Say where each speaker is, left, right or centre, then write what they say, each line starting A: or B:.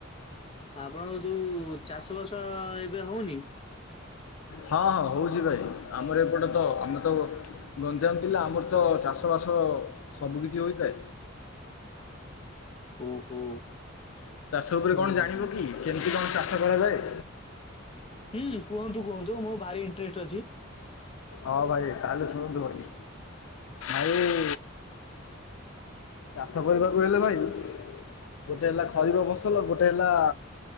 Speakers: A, on the left; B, on the left.
A: ଆପଣଙ୍କ ଯୋଉ ଚାଷ ବାସ ଏବେ ହଉନି।
B: ହଁ ହଁ ହଉଛି ଭାଇ ଆମର ଏପଟେ ତ ଆମେ ତ ଗଞ୍ଜାମ ଜିଲ୍ଲା ଆମର ତ ଚାଷ ବାସ ସବୁ କିିଛି ହୋଇଥାଏ।
A: ଓହୋ
B: ଚାଷ ଉପରେ
A: ହୁଁ
B: କଣ ଜାଣିବ କି କେମିତି କଣ ଚାଷ କରାଯାଏ।
A: ହୁଁ କୁହନ୍ତୁ କୁହନ୍ତୁ ମୋ ଭାରି ଇଣ୍ଟରେଷ୍ଟ ଅଛି।
B: ହଁ ଭାଇ ତାହଲ ଶଣନ୍ତୁ ଭାଇ ଆଉ ଚାଷ କରିବାକୁ ହେଲେ ଭାଇ। ଗୋଟେ ହେଲା ଖରିବା ଫସଲ ଗୋଟେ ହେଲା